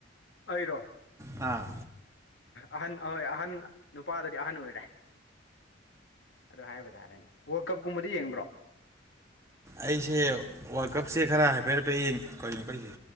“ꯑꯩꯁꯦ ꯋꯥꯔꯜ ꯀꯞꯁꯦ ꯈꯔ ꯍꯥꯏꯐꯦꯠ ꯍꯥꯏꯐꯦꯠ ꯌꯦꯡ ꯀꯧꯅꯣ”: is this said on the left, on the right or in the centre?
Right